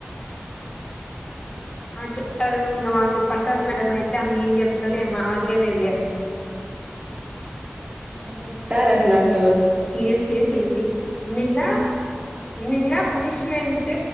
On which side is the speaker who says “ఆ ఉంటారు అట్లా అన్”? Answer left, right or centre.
Right